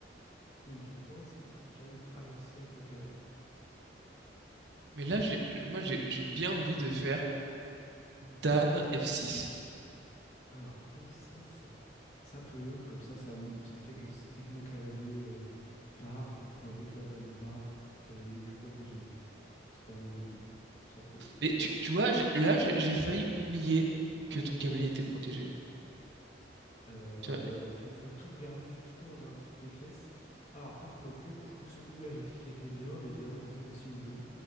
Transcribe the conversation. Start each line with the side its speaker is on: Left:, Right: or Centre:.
Left: Donc je pense qu'il faut que j'aille avancer avec mon cavalier.
Right: Mais là, j'ai, moi, j'ai, j'ai bien envie de faire Dame F6.
Left: Alors, F6, ça peut, comme ça, ça, m- ça fait que s- dès que mon cavalier euh, part, enfin, dès que madame part, le cavalier n'est plus protégé. C'est pas un mauvais coup, ça peut.
Right: Mais tu, tu vois, j'ai- là, j'ai j'ai failli oublier que ton cavalier était protégé.
Left: Euh,
Right: Tu vois,
Left: ah bah oui, il faut, faut tout regarder, faut tout le temps regarder toutes les pièces. Alors, par contre, le coup, ce coup-là, j'ai dit qu'il était bien, mais évidemment, je joue aussi au jeu.